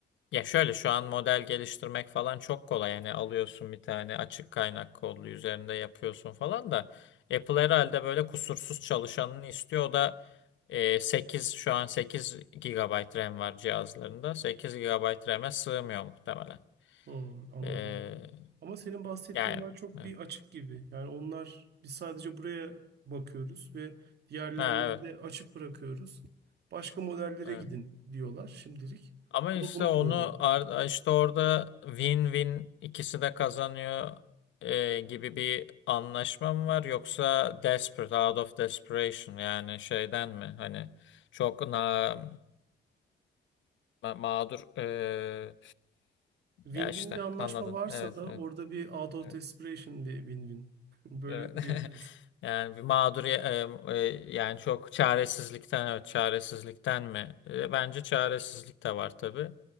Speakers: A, on the left; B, on the right.
A: Ya şöyle şu an model geliştirmek falan çok kolay. Yani alıyorsun bir tane açık kaynak kodlu üzerinde yapıyorsun falan da Apple herhalde böyle kusursuz çalışanını istiyor. O da e, 8 şu an 8 gigabayt RAM var cihazlarında. sekiz gigabayt RAM'e sığmıyor muhtemelen.
B: Hı, anladım.
A: E,
B: Ama senin bahsettiğin
A: yani
B: daha çok
A: evet.
B: bir açık gibi. Yani onlar biz sadece buraya bakıyoruz ve diğerlerine
A: Ha, evet.
B: de açık bırakıyoruz. Başka modellere
A: evet.
B: gidin diyorlar şimdilik.
A: Ama
B: O
A: işte
B: da bunu
A: onu
B: doğuruyor.
A: ar- işte orada win-win ikisi de kazanıyor e, gibi bir anlaşma mı var yoksa desperate out of desperation yani şeyden mi hani çok na ma- mağdur e,
B: Win-win
A: ya işte
B: bir anlaşma
A: anladın
B: varsa
A: evet
B: da
A: evet
B: orada bir out of
A: evet,
B: desperation bir win-win. <laughs> Böyle
A: evet. <laughs>
B: diyebiliriz.
A: Yani bir mağdur e, e, yani çok çaresizlikten evet çaresizlikten mi E, bence çaresizlik de var tabii.